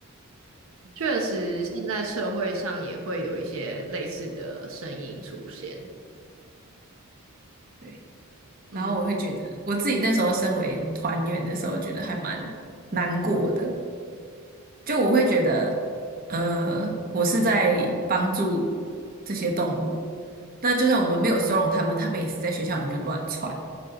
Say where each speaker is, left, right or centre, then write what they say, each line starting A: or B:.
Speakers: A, on the right; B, on the right.
A: 确实，现在社会上也会有一些类似的声音出现。
B: 对，
A: 嗯
B: 然后我会觉得我自己那时候身为团员的时候，觉得还蛮难过的，就我会觉得呃，我是在帮助这些动物。那就算我们没有收容他们，他们也是在学校里面乱窜，